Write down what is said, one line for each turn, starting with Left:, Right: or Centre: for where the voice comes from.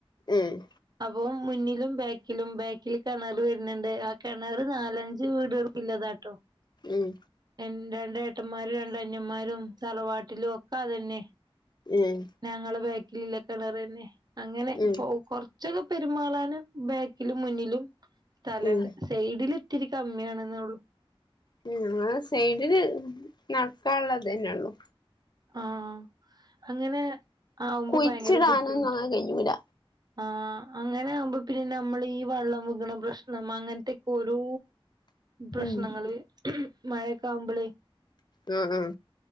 Left: ഉം
Right: അപ്പം മുന്നിലും ബാക്കിലും ബാക്കിൽ കെണറ് വരുന്നുണ്ട് ആ കെണറ് നാലഞ്ച്- ഞ്ചു വീടുകൾക്കി <unintelligible> ള്ളതാട്ടോ
Left: ഉം
Right: എന്റെ രണ്ട് ഏട്ടൻമ്മാരും രണ്ട് അനിയമ്മാരും തറവാട്ടിലുവൊക്ക അത് തന്നെയാ
Left: ഉം
Right: ഞങ്ങള് ബാക്കിലില്ല കെണറ് തന്നെ അങ്ങനെ ഇപ്പോ
Left: ഉം
Right: കൊറ ഉച്ച <unintelligible> ക്ക് പെരുമാളാന് ബാക്കിലും മുന്നിലും സ്ഥലണ്ട്
Left: ഉം
Right: സൈഡില് ഇത്തിരി കമ്മിയാണെന്ള്ളു
Left: ഉം ഞങ്ങള് സൈഡില് നടക്കാനുള്ളതെന്നുള്ളു
Right: ആഹ് അങ്ങനെ ആവുമ്പോ
Left: കുഴിച്ചിടാനൊന്നും
Right: ഭയങ്കര ബുദ്ധിമുട്ട്
Left: അങ്ങനെ കഴിയൂല
Right: ആഹ് അങ്ങനെ ആവുമ്പോ പിന്നെ നമ്മള് ഈ വെള്ളം പോകണ പ്രശ്നം അങ്ങനത്തെ ഒരൂ പ്രശ്നങ്ങള്
Left: ഉം
Right: മഴയൊക്ക ആവുമ്പളെ
Left: ഉം ഉം